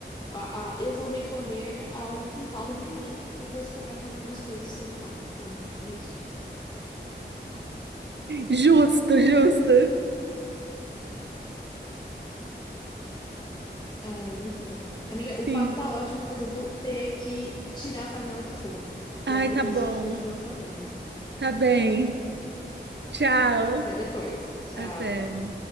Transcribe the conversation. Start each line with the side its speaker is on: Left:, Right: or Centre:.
Left: Ah, ah, eu vou recorrer ao quintal da minha mãe e vou esperar que algumas coisas tenham lá, entendeu? É isso.
Right: Justo, justo.
Left: Ai, muito bom. Amiga,
Right: Sim.
Left: o papo tá ótimo, mas eu vou ter que tirar a panela do fogo.
Right: Ai,
Left: E aí
Right: tá
Left: depois
Right: bom.
Left: a gente continua falando.
Right: Tá bem. Tchau.
Left: Até depois. Tchau.
Right: Até.